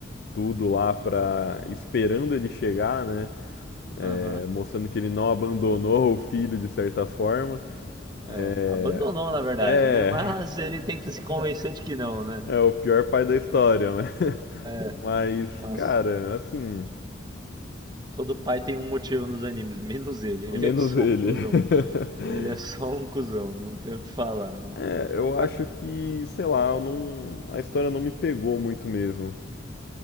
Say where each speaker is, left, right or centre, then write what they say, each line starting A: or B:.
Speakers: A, on the left; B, on the right.
A: tudo lá para esperando ele chegar, né? É,
B: Aham.
A: mostrando que ele não abandonou o filho de certa forma.
B: É,
A: É,
B: abandonou na verdade,
A: é,
B: né? Mas ele tenta se convencer de que não,
A: <laughs>
B: né?
A: é o pior pai da história, mas, <laughs>
B: É,
A: mas
B: nossa.
A: cara, assim,
B: Todo pai tem um motivo nos animes, menos ele. Ele
A: menos
B: é só
A: ele.
B: um cuzão.
A: <laughs>
B: Ele é só um cuzão, não tem o que falar, né?
A: É, eu
B: Ah,
A: acho que, sei lá, eu não, a história não me pegou muito mesmo.